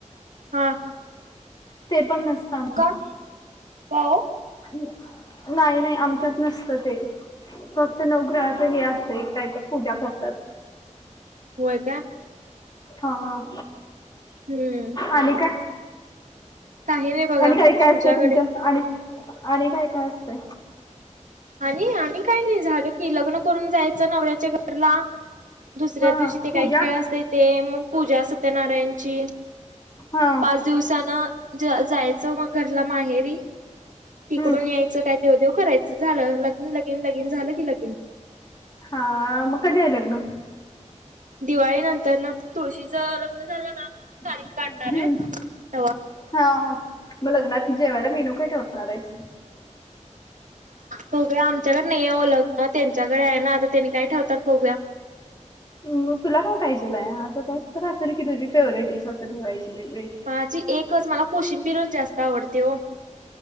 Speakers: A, on the right; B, on the left.
A: हां.
B: तेपण नसतं आम्हा
A: का, का ओ?
B: नाही नाही आमच्यात नसतं ते. फक् नवग्रहाचं हे असतंय, एक काय तर पूजा करतात.
A: होय काय.
B: हां,
A: हम्म.
B: आणि काय?
A: काही नाही बघा
B: आणि काय
A: तुमच्याकडे.
B: काय असतंय तुमच्यात आणि, आणि काय काय असतंय?
A: आणि आणि काय नाही झालं की लग्न करून जायचं नवऱ्याच्या घरला. दुसऱ्या
B: हा
A: दिवशी ते
B: पूजा
A: काय खेळ असतंय ते मग पूजा सत्यनारायणची
B: हां.
A: पाच दिवसानं ज जायचं मग घरला माहेरी.
B: हम्म
A: तिकडून यायचं काय देव देव करायचं झालं, लग्न लगीन लगीन झालं की लगीन.
B: हां मग कधी आलेत ना?
A: दिवाळी नंतर ना तुळशीच लग्न झालं ना मग
B: हम्म
A: तारीख काढणार आहे. तवा
B: हा हा. मग लग्नात जेवायला मेनू काय ठेवणार आहेस?
A: बघूया आमच्याकडे नाही आहे ओ लग्न त्यांच्याकडे आहे ना, आता त्यांनी काय ठेवतात बघूया.
B: मग तुला काय पाहिजेल आहे? असं काही तर असेल की, तुझी फेवरेट डिश असं ठेवायची वेगवेग
A: माझी एकच मला कोशिंबीर जास्त आवडते ओ.